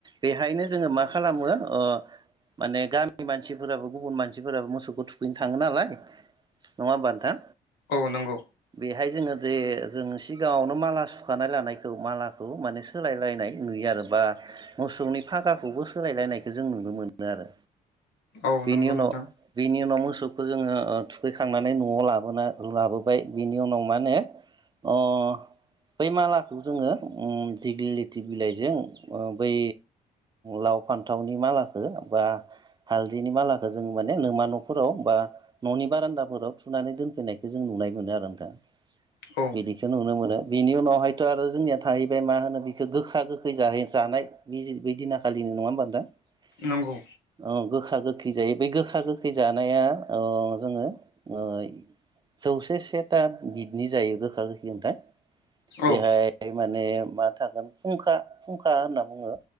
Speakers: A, on the right; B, on the left.
A: बेहायनो जोङो मा खालामो ओ माने गामिनि मानसिफोराबो गुबुन मानसिफोराबो मोसौखौ थुखैनो थाङो नालाय नङा होमबा नोंथां
B: औ नंगौ
A: बेहाय जोङो जे जों सिगाङावनो माला सुखानाय लानायखौ मालाखौ माने सोलायलायनाय नुयो आरो बा मोसौनि फागाखौबो सोलायलायनायखौ जों नुनो मोनो आरो
B: औ
A: बिनि
B: नंगौ
A: उनाव
B: नोंथां
A: बिनि उनाव मोसौखौ जोङो थुखैखांनानै न'आव लाबोना लाबो बिनि उनाव मा होनो ओ बै मालाखौ जोङो उम दिग्लि लिथि बिलाइजों बै लाव फान्थावनि मालाखो बा हालदैनि मालाखो जों माने नमा न'फोराव बा न'नि बारान्दाफोराव थुनानै दोनफैनायखौ जों नुनाय मोनो आरो नोंथां
B: औ
A: बिदिखौ नुनो मोनो बिनि उनावहायथ' आरो जोंनिया थाहैबाय मा होनो बिखो गोखा गोखै जाहै जानाय बै दिन खालिनि नङा होमबा नोंथां
B: नंगौ
A: गोखा गोखै जायो बे गोखा गोखै जानाया जोङो ओ जौसे से ता बिदनि जायो गोखा गोखै नोंथां बेहाय
B: औ
A: माने मा थागोन फुंखा फुंखा होनना बुङो।